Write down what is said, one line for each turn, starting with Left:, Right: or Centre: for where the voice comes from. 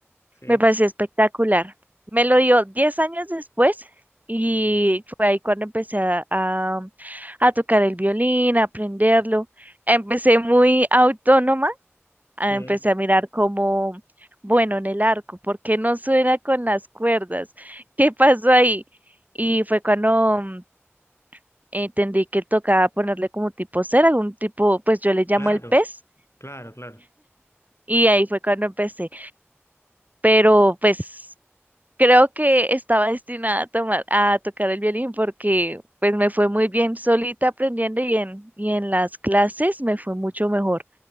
Left: Sí,
Right: me pareció espectacular. Me lo dio diez años después y fue ahí cuando empecé a, a a tocar el violín, a aprenderlo. Empecé muy autónoma ah,
Left: sí.
Right: empecé a mirar como, bueno, en el arco, ¿por qué no suena con las cuerdas? ¿Qué pasó ahí? Y fue cuando mm, entendí que tocaba ponerle como tipo cera, algún tipo, pues yo le llamo
Left: Claro,
Right: el pez,
Left: claro, claro.
Right: y ahí fue cuando empecé. Pero pues creo que estaba <laughs> destinada a tomar, a tocar el violín porque pues me fue muy bien solita aprendiendo y en, y en las clases me fue mucho mejor.